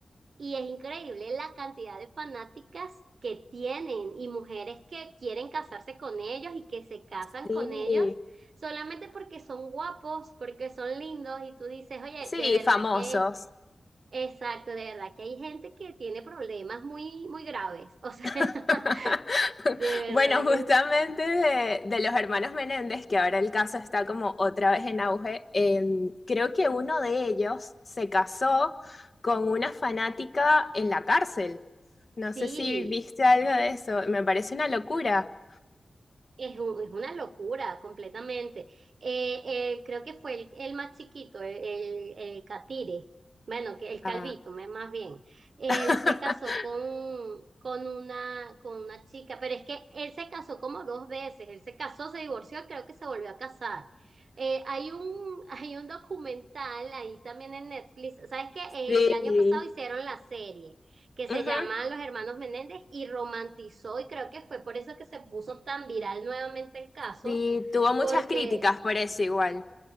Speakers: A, on the right (about 75°); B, on the left (about 50°).
A: y es increíble la cantidad de fanáticas que tienen y mujeres que quieren casarse con ellos y que se casan
B: Sí.
A: con ellos solamente porque son guapos, porque son lindos y tú dices, oye,
B: Sí,
A: de verdad
B: famosos.
A: que, exacto, de verdad que hay gente que tiene problemas muy, muy graves. O sea,
B: <laughs>
A: <laughs> de verdad
B: Bueno, justamente
A: que
B: de, de los hermanos Menéndez, que ahora el caso está como otra vez en auge, em, creo que uno de ellos se casó con una fanática en la cárcel. No
A: sí.
B: sé si viste algo de eso, me parece una locura.
A: Es, un- es una locura completamente. Eh, eh, creo que fue el, el más chiquito, el, el, el Catire, bueno, que el Calvito,
B: Ah,
A: me- más bien. Él
B: <laughs>
A: se casó con, con una, con una chica, pero es que él se casó como dos veces. Él se casó, se divorció, y creo que se volvió a casar. Eh, hay un, hay un documental ahí también en Netflix. ¿Sabes qué? Eh,
B: Sí,
A: el año pasado hicieron la serie que se
B: ujú,
A: llaman Los Hermanos Menéndez y romantizó, y creo que fue por eso que se puso tan viral nuevamente el caso,
B: Sí, tuvo muchas
A: porque
B: críticas por eso igual.